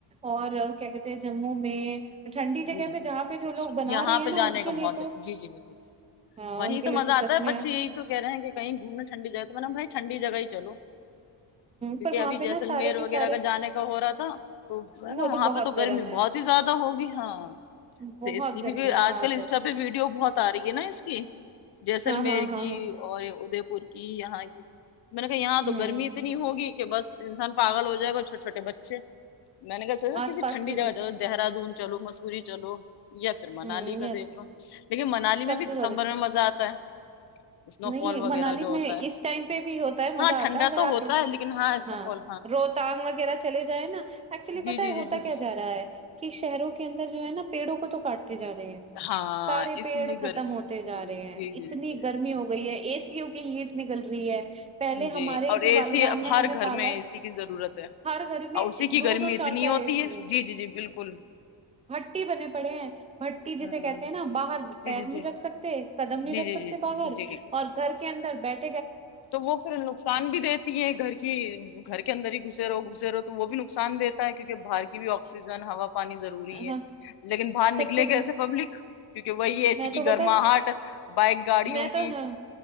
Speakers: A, on the right; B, on the left.
A: اور کیا کہتے ہیں جموں میں ٹھنڈی جگہ
B: جی
A: پہ
B: ج
A: جہاں پہ جو لوگ بنا
B: یہاں
A: رہے ہیں
B: پہ
A: نا
B: جانے
A: ان
B: کا
A: کے لیے
B: بہت دل
A: تو
B: جی جی جی جی جی
A: ہاں
B: وہیں
A: ان کے
B: تو
A: لیے
B: مزہ آتا
A: سچ
B: ہے
A: میں
B: بچے
A: ہ
B: یہی تو کہہ رہے ہیں کہیں گھومنا ٹھنڈی جگہ تو مط نے بھائی ٹنڈی جگہ ہی چلو کیونکہ
A: پر وہاں
B: ابھی
A: پہ نا
B: جیسلمیر
A: سارے کے
B: وغیرہ
A: سارے
B: کا جانے کا ہو رہا تھا تو
A: وہ
B: وہاں
A: بہت
B: پہ تو
A: گرم
B: گرمی
A: ہے
B: بہت ہی زیادہ ہوگی ہاں
A: بہت
B: اس لیے
A: گرمی
B: کیکہ
A: ہے
B: آج
A: وہاں
B: کل انسٹا
A: تو
B: پہ ویڈیو جو بہت آ رہی ہے نا اس کی جیسلمیر
A: ہاں ہاں ہاں
B: کی
A: ہاں
B: اور ادے پور کی یہاں کی میں نے کہ یہاں تو
A: ہ
B: گرمی اتنی ہوگی بس انسان پال ہو جائےا چھو چوٹے بچے اچا میں نے کہ سکتا
A: آس
B: کسی
A: پاس
B: ٹھڈی
A: کی
B: جگہ
A: چیز
B: ج دہرادون چلو مسوری چلو یا پھر منالی
A: ہ
B: کا
A: یہ
B: دیکھنا لیکن منالی میں
A: سب
B: بھی
A: سے
B: دسمبر
A: زیادہ
B: میں مزہ آتا ہے اسنو
A: نہیں
B: فال وغیرہ
A: منالی
B: جو
A: میں
B: ہوتا ہے
A: اس ٹائم پہ بھی ہوتا ہے مزہ
B: ہاں
A: آتا
B: ٹھنڈا
A: ہے اگر
B: تو
A: آپ
B: ہوتا ہے لیکن اس
A: ہاں
B: میں پول
A: روتاانگ وغیرہ چلے جائیں نا ایکچولی پت
B: جی جی
A: ہے
B: جی
A: ہوتا
B: جی
A: کیا
B: جی
A: جا رہا ہے کہ شہروں کے کے اندر جو ہے ن پ تڑووں کو تو کاٹ جا رہے ہیں
B: ہاں
A: سارے
B: اسی
A: پیڑ
B: لیے
A: ختم
B: گرمی
A: ہوتے
B: جی
A: جا رہے ہیں
B: جی
A: اتنی
B: جی
A: گرمی ہو اے سی ہوک ہیٹ نکل رہی ہے پہلے
B: جی جی
A: ہمارے
B: اور
A: جو
B: اے
A: والدان
B: سی اب
A: نے
B: ہر
A: ہمیں
B: گھر
A: پالا
B: میں
A: ہے
B: اے سی کی ضرورت ہے
A: ہر گھر میں
B: اور اسی کی
A: دو
B: گرمی
A: دو
B: اتنی
A: چار چار
B: ہوتی
A: ایسی
B: ہے
A: ہیں
B: جی جی جی بالکل
A: بٹی بنے پڑے ہیں بھٹی جسے
B: ہاں
A: کہتے ہیں نا باہر پیر
B: جی جی
A: نہیں
B: جی
A: رکھ سکتے قدم نہیں
B: جی
A: رکھ
B: جی
A: سکتے
B: جی
A: باہر
B: جی جی
A: اور گھر کے اندر بیٹھ
B: تو وہ پھر نقصان بھی دیتی ہے گھر کی گھر کے اندر ہی گھسے رہو گھسے رہو تو وہ بھی نقصان دیتا ہے کیونکہ باہر کی بھی آکسیجن ہ ہوا پر پانی ضروری
A: ہاں
B: ہے لیکن باہر نکلے
A: سب کچھ
B: گ ایسے پبلک کیونکہ وہی ایسی
A: میں
B: کہ
A: تو بتا
B: گرماہٹ بائک گاڑیوں
A: میں تو
B: کی
A: ہاں